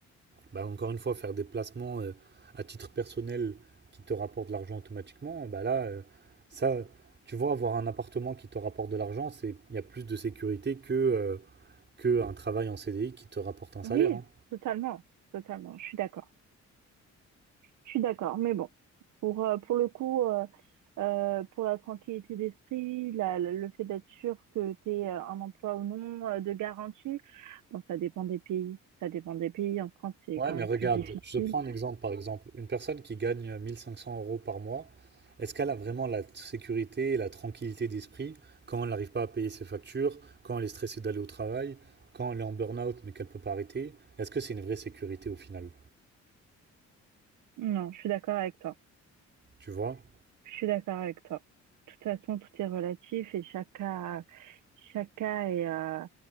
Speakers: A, on the right (about 35°); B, on the right (about 80°).
A: Bah, encore une fois, faire des placements euh, à titre personnel qui te rapportent de l'argent automatiquement, bah là, euh, ça, tu vois, avoir un appartement qui te rapporte de l'argent, c'est, il y a plus de sécurité que, euh, que un travail en CDI qui te rapporte un salaire.
B: Oui,
A: hein.
B: totalement, totalement. Je suis d'accord. Je suis d'accord. Mais bon, pour, euh, pour le coup, euh, euh, pour la tranquillité d'esprit, la- la- le fait d'être sûr que tu es un emploi ou non, euh, de garantie, bon, ça dépend des pays. Ça dépend des pays. En France, c'est
A: Ouais,
B: quand
A: mais
B: même
A: regarde,
B: plus difficile.
A: je te prends un exemple par exemple. Une personne qui gagne 1500 euros par mois, est-ce qu'elle a vraiment la sécurité et la tranquillité d'esprit quand elle n'arrive pas à payer ses factures, quand elle est stressée d'aller au travail, quand elle est en burn-out mais qu'elle peut pas arrêter? Est-ce que c'est une vraie sécurité au final?
B: Non, je suis d'accord avec toi.
A: Tu vois?
B: Je suis d'accord avec toi. De toute façon, tout est relatif et chaque cas, chaque cas est, euh,